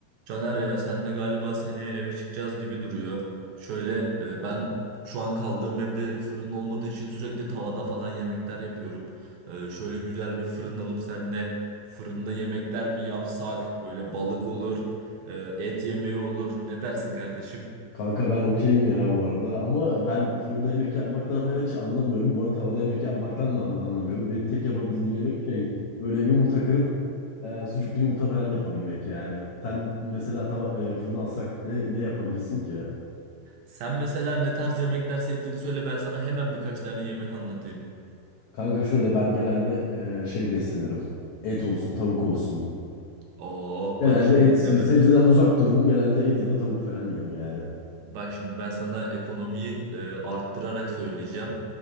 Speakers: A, on the right; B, on the left.
A: Caner ya senle galiba seneye eve çıkacağız gibi duruyor. Şöyle e, ben şu an kaldığım evde fırın olmadığı için sürekli tavada falan yemekler yapıyorum. E, şöyle güzel bir fırın alıp senle fırında yemekler mi yapsak? Böyle balık olur, e, et yemeği olur. Ne dersin kardeşim?
B: Kanka ben okeyim ya bu arada ama ben fırında yemek yapmaktan falan hiç anlamıyorum. Bu arada tavada yemek yapmaktan da an- anlamıyorum. Benim tek yapabildiğim yemek şey böyle yumurta kırıp e, sucuklu yumurta falan yapabilmek yani. Sen mesela tava, e, fırına alsak ne, ne yapabilirsin ki?
A: Sen mesela ne tarz yemekler sevdiğini söyle ben sana hemen birkaç tane yemek anlatayım.
B: Kanka şöyle ben genelde e, şey beslenirim. Et olsun tavuk olsun.
A: Oh
B: Genelde
A: bak şimdi
B: et sebzeden
A: hemen.
B: uzak dururum. Genelde et ya da tavuk falan yerim yani.
A: Bak şimdi ben sana ekonomiyi e, arttırarak söyleyeceğim.